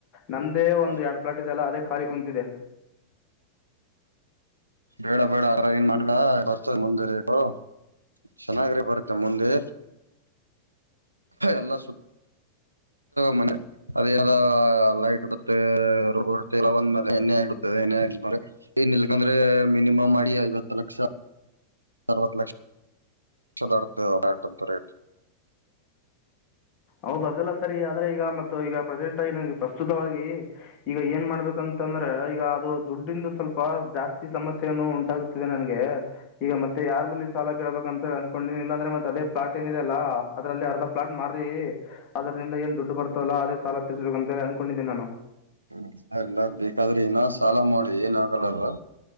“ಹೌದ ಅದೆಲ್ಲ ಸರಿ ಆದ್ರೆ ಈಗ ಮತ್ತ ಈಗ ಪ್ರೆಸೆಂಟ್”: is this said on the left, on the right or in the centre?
Left